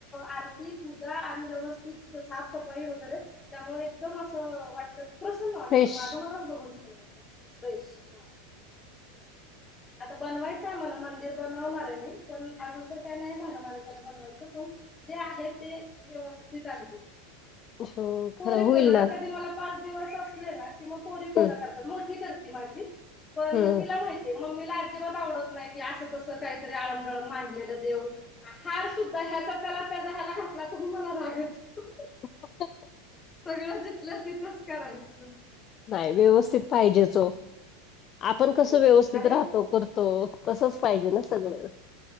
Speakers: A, on the left; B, on the left.
A: आरती, पूजा आणि व्यवस्थित साफसफाई वगैरे त्यामुळे एकदम असं वाटतं, प्रसन्न वाटतं,
B: फ्रेश
A: माझं मलाच बघून छान वाटतं, फ्रेश, हां. आता बनवायचं आहे, मला मंदिर बनवणार ये मी, पण आजुन तर काही नाही झालं, माज्याच्यानं बनवायचं, पण जे आहे, ते व्यवस्थित अगदी,
B: हो खरं
A: पोरी
B: होईल
A: पण, आता
B: ना
A: कधी मला पा च दिवस असले ना, कि पोरी पूजा
B: हम्म
A: करतात, मोठी करती माझी, पण
B: हम्म.
A: तिला माहि ती, मम्मीला अजिबात आवडत नाही की, असं-कसं काहीतरी आंळम-डळम, मांडलेलं देव. हार सुद्धा, ह्याचा त्याला, त्याचा ह्याला घातला, तरी मला राग येतो.
B: <inaudible>
A: सगळं, जिथल्या तिथंच करायचं.
B: नाय, व्यवस्थित पाहिजेच ओ, आपण
A: हो
B: कसं
A: हो
B: व्यवस्थित
A: आणि
B: राहतो, करतो. तसंच पाहिजे ना, सगळं?